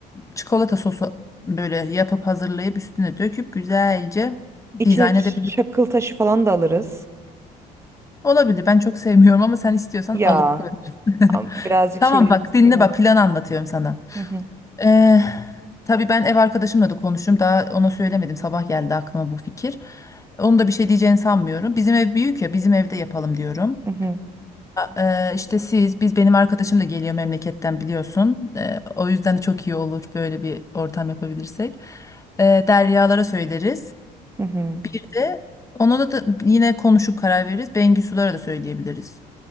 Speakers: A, on the left (about 20°); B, on the right (about 15°).
A: çikolata sosu böyle yapıp hazırlayıp üstüne döküp güzelce
B: İçine
A: dizayn
B: ç-
A: edebiliriz.
B: çakıl taşı falan da alırız.
A: Olabilir. Ben çok sevmiyorum ama sen istiyorsan
B: Ya
A: alıp koyabilirsin.
B: am-
A: <laughs>
B: birazcık
A: Tamam
B: şey
A: bak
B: açısından.
A: dinle bak plan anlatıyorum sana.
B: Hı hı,
A: Ee, tabii ben ev arkadaşımla da konuştum. Daha ona söylemedim. Sabah geldi aklıma bu fikir. Onu da bir şey diyeceğini sanmıyorum. Bizim ev büyük ya bizim evde yapalım diyorum.
B: hı hı,
A: Ee, işte siz biz benim arkadaşım da geliyor memleketten biliyorsun. Ee, o yüzden de çok iyi olur böyle bir ortam yapabilirsek. Ee, Deryalara söyleriz.
B: hı hı.
A: Bir de ona da, da yine konuşup karar veririz. Bengisulara da söyleyebiliriz.